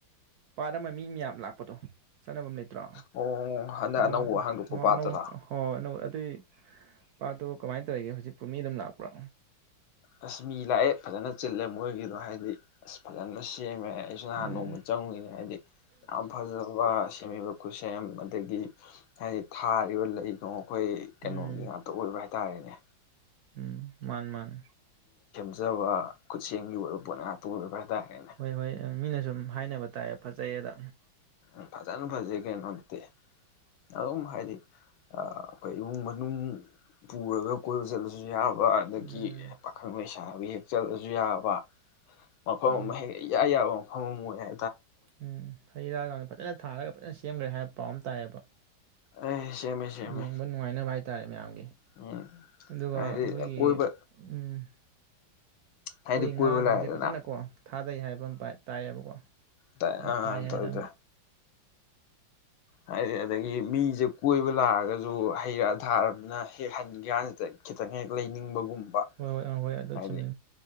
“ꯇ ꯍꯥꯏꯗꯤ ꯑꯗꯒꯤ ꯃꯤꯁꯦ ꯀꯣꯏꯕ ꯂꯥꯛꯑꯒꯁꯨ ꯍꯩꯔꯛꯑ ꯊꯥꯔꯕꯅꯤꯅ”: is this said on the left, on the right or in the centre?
Left